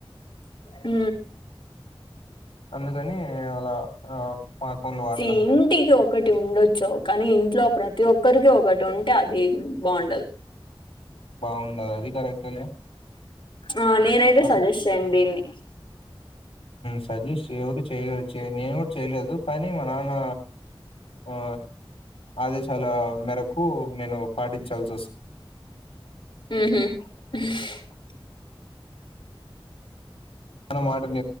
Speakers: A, on the left; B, on the left.
A: హ
B: అందుకని అలా ఆ స్మార్ట్ ఫోన్లు వాడతాం
A: ఇంటికి
B: మేము
A: ఒకటి ఉండొచ్చు కానీ ఇంట్లో ప్రతి ప్రతి ఒక్కరికి ఒకటి ఉంటే అది బాండదు
B: బాగుండదు అది కరెక్టేలే
A: ఆ నేనైతే
B: కానీ
A: సజెస్ట్ చేయ్యను దీన్ని
B: సజెస్ట్ ఎవరు చేయ నేను కూడా చేయలేదు కానీ మా నాన్న ఆ ఆదేశాల మేరకు నేను పాటించాల్సి వస్తుంది
A: హ
B: ఆన మాటను